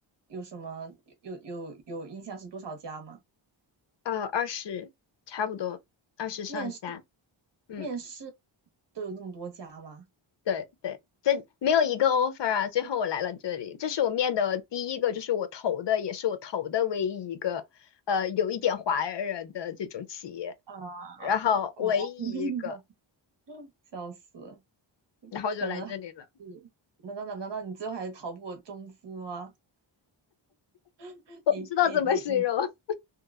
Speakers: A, on the right; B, on the left.
A: 有什么有有有印象是多少家吗？
B: 呃，二十差不多，二十上下，
A: 面试
B: 嗯，
A: 面试都有那么多家吗？
B: 对对，这没有一个 offer 啊，最后我来了这里，这是我面的第一个，就是我投的，也是我投的唯一一个，呃，有一点华人的这种企业，
A: 啊，
B: 然后唯一一个，
A: 果然 <laughs> 是面试。<laughs> 笑死，
B: 然后就来这里了，
A: 可能还 <laughs> 是难道难难道你最后还是逃不过中资吗？<laughs>
B: 我不知道怎么形容，
A: 你你你你